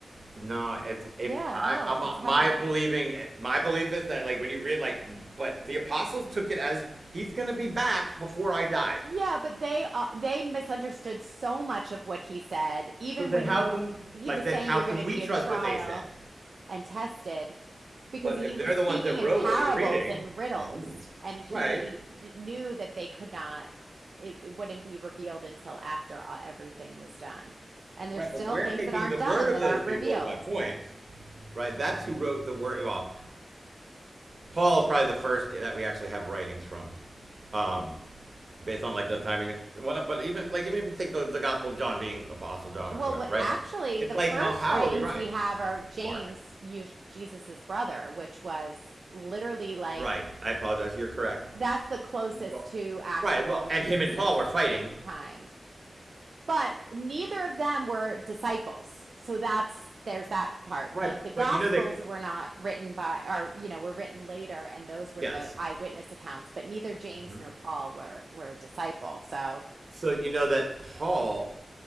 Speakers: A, on the right; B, on the right.
A: No, it's if
B: Yeah,
A: I
B: no,
A: I'm,
B: it's heavenly.
A: my believing my belief is that like when you read like but the apostles took it as he's gonna be back before I die.
B: Yeah, but they uh, they misunderstood so much of what he said, even
A: So then
B: when
A: how
B: he
A: can
B: he
A: but
B: was
A: then
B: saying
A: how
B: you're
A: can
B: going to
A: we
B: be
A: trust
B: a trial
A: what they said?
B: and tested. because
A: But
B: he
A: if they're
B: was speaking
A: the ones that wrote
B: in parables
A: what we're reading,
B: and riddles,
A: mm-hmm.
B: and he
A: right?
B: d knew that they could not, it, it wouldn't be revealed until after all, everything was done. And
A: Right,
B: there's still
A: but we're
B: things
A: taking
B: that aren't
A: the
B: done
A: word of
B: that
A: those
B: aren't
A: people
B: revealed.
A: is my point. Right,
B: Yeah.
A: that's who wrote the word. Well, Paul is probably the first that we actually have writings from. Um, based on like the timing. and whatnot. But even like even if you take the, the Gospel of John being Apostle John
B: Well,
A: or whoever,
B: what,
A: right?
B: actually,
A: It's
B: the
A: like,
B: first
A: oh, how
B: writings
A: are we right,
B: we have are James,
A: Mark?
B: you, Jesus's brother, which was literally like
A: Right. I apologize. You're correct.
B: that's the closest
A: Well-
B: to actual
A: Right. Well,
B: Jesus's
A: and him and Paul were fighting.
B: time. But neither of them were disciples. So that's there's that part.
A: Right.
B: Like the gospels
A: But you know that
B: were not written by or you know, were written later and those were
A: yes.
B: the eyewitness accounts, but neither James
A: Mhm.
B: nor Paul were were a disciple. So,
A: So you know that Paul,